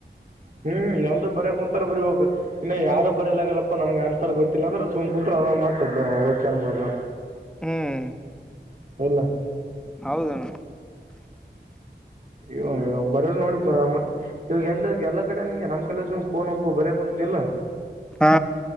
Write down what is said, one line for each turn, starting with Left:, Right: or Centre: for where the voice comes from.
Right: ಹ್ಮ್ -ಎಲ್ ಬರ ಕುಂತಾರ ಬರಿಬೇಕ. ಇನ್ನು ಯಾರು ಬರಯಲಾಗಲ್ಲಪ್ಪಾ ನನ್ಗೆ ಆನ್ಸರ್ ಗೊತ್ತಿಲ್ಲಂದ್ರೆ ಸುಮ್ ಕುಂತ್ರು ಅದ ಮಾತೊಡ್ ಓಕೆ ಅನ್ಬೂದು.
Centre: ಹ್ಮ್
Right: ಇಲ್ಲ
Centre: ಹೌದಣ
Right: ಇವ ಇವಾಗ ಬರೋ ನೋಡಿ ಮತ್ತತ್ ಇವಾಗ ಎಲ್ಲ ಎಲ್ಲಾ ಕಡೆ ನಂಗೆ ನಮ್ ಕಲಜ ಪೋನ್ ಒಬ್ಬ ಬರಯಕ್ ಕುಂತನಲ್.
Centre: ಹಾ